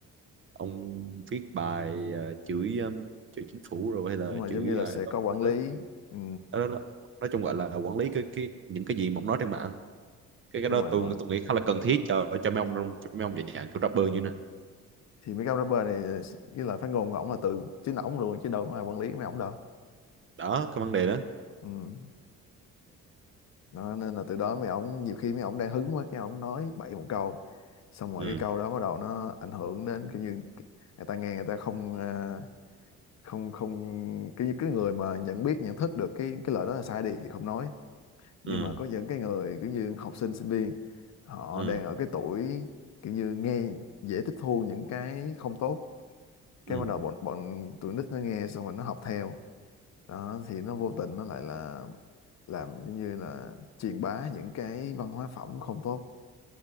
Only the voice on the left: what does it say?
đúng rồi
giống như là
sẽ
có quản
lý
ừ,
đúng
rồi
đúng rồi
thì mấy cái ông rapper này ờ, cái lời phát ngôn của ổng là từ chính ổng luôn chứ đâu có ai quản lý mấy ổng đâu
ừ. Đó, nên là từ đó mấy ổng nhiều khi mấy ổng đang hứng quá cái ổng nói bậy một câu xong rồi
cái câu đó bắt đầu nó ảnh hưởng đến kiểu như người ta nghe người ta không ờ, không không cái cái người mà nhận biết nhận thức được cái cái lời đó là sai đi thì không nói nhưng
mà có những cái người kiểu như học sinh sinh viên họ
đang ở cái tuổi kiểu như nghe dễ tiếp thu những cái không tốt cái
bắt đầu bọn bọn tụi nít nó nghe xong rồi nó học theo đó thì nó vô tình nó lại là làm giống như là truyền bá những cái văn hóa phẩm không tốt